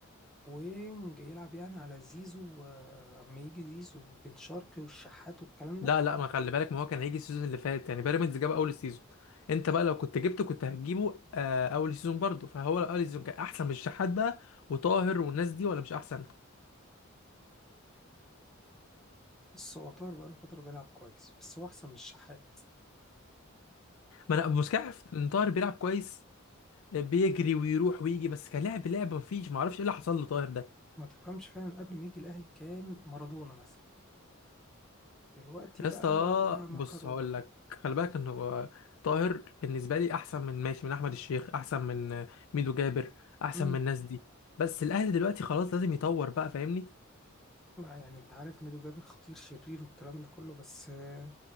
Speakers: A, in the centre; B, on the left.
A: وينج يلعب يعني على زيزو آه، أما يجي زيزو وبن شرقي والشحات والكلام ده
B: لا لا ما خلي بالك ما هو كان هيجي السيزون اللي فات يعني بيراميدز جاب اول السيزون انت بقى لو كنت جبته كنت هتجيبه آه، اول السيزون برضه فهو اول السيزون كان احسن من الشحات بقى وطاهر والناس دي ولا مش احسن
A: بس هو طاهر بقاله فترة بيلعب كويس بس هو أحسن من الشحات
B: ما انا مش عارف ان طاهر بيلعب كويس آه، بيجري ويروح ويجي بس كلاعب لعب مفيش ما اعرفش ايه اللي حصل له طاهر ده
A: ما تفهمش فعلا قبل ما يجي الأهلي كان مارادونا مثلا دلوقتي
B: يا
A: بقى
B: اسطى
A: مكرونة
B: بص هقول لك خلي بالك ان هو طاهر بالنسبه لي احسن من ماشي من احمد الشيخ احسن من ميدو جابر احسن
A: امم
B: من الناس دي بس الاهلي دلوقتي خلاص لازم يطور بقى فاهمني
A: لا يعني انت عارف ميدو جابر خطير شرير والكلام ده كله بس آه،